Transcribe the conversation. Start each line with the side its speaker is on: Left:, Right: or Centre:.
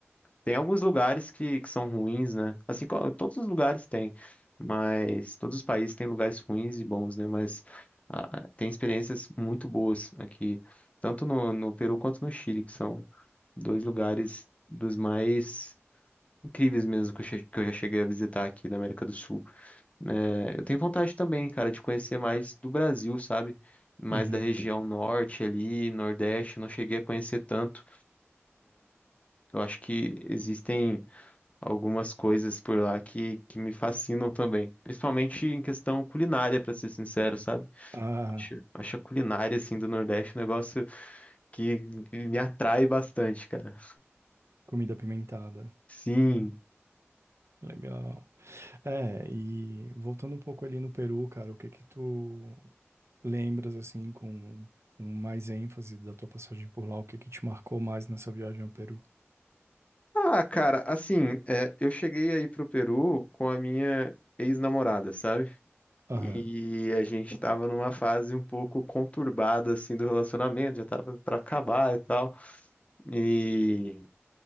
Left: Tem alguns lugares que, que são ruins, né? Assim, co- todos os lugares têm, mas todos os países têm lugares ruins e bons, né? Mas ah, tem experiências muito boas aqui, tanto no, no Peru quanto no Chile, que são dois lugares dos mais incríveis mesmo que eu, che- que eu já cheguei a visitar aqui na América do Sul. É, eu tenho vontade também, cara, de conhecer mais do Brasil, sabe? Mais
Right: uhum.
Left: da região norte ali, nordeste, eu não cheguei a conhecer tanto. Eu acho que existem algumas coisas por lá que, que me fascinam também. Principalmente em questão culinária, pra ser sincero, sabe?
Right: Ah,
Left: Acho, acho a culinária, assim, do Nordeste um negócio que me atrai bastante, cara.
Right: comida apimentada.
Left: Sim.
Right: Legal. É, e voltando um pouco ali no Peru, cara, o que que tu lembras, assim, com, com mais ênfase da tua passagem por lá? O que que te marcou mais nessa viagem ao Peru?
Left: Ah, cara, assim, é, eu cheguei aí pro Peru com a minha ex-namorada, sabe?
Right: Aham.
Left: E a gente tava numa fase um pouco conturbada, assim, do relacionamento, já tava pra acabar e tal. E.